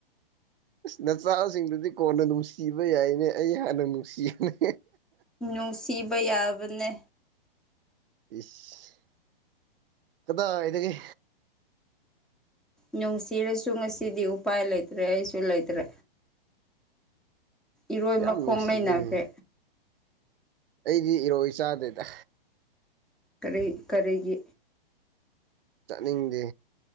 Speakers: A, on the right (about 70°); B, in the centre.
A: ꯑꯁ ꯅꯆꯥꯁꯤꯡꯗꯨꯗꯤ ꯀꯣꯟꯅ ꯅꯨꯡꯁꯤꯕ ꯌꯥꯏꯅꯦ ꯑꯩ ꯍꯥꯟꯅ ꯅꯨꯡꯁꯤꯒꯅꯤ
B: ꯅꯨꯡ ꯁꯤꯕ ꯌꯥꯕꯅꯦ
A: ꯏꯁ ꯀꯗꯥꯗꯒꯤ
B: ꯅꯨꯡꯁꯤꯔꯁꯨ ꯉꯁꯤꯗꯤ ꯎꯄꯥꯏ ꯂꯩꯇ꯭ꯔꯦ ꯑꯩꯁꯨ ꯂꯩꯇ꯭ꯔꯦ ꯏꯔꯣꯏ
A: ꯌꯥꯝ
B: ꯃꯈꯣꯡ
A: ꯅꯨꯡꯁꯤꯕꯅꯦ
B: ꯂꯩꯅꯈ꯭ꯔꯦ
A: ꯑꯩꯗꯤ ꯏꯔꯣꯏ ꯆꯥꯗꯦꯗ
B: ꯀꯔꯤ ꯀꯔꯤꯒꯤ
A: ꯆꯠꯅꯤꯡꯗꯦ